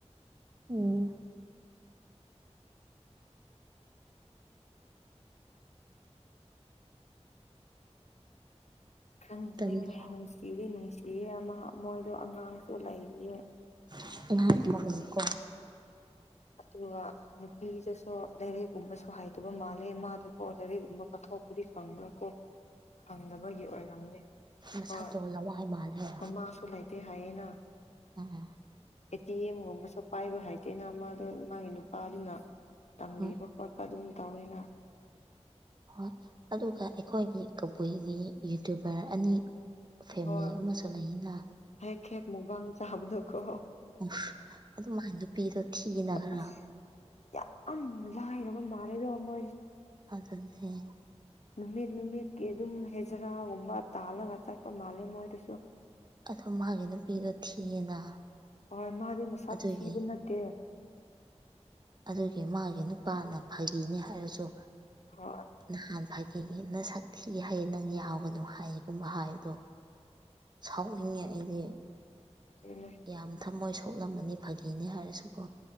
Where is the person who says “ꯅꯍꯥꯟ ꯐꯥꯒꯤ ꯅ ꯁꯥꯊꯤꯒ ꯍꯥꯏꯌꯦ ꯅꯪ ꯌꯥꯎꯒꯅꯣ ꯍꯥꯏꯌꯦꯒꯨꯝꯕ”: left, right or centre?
Right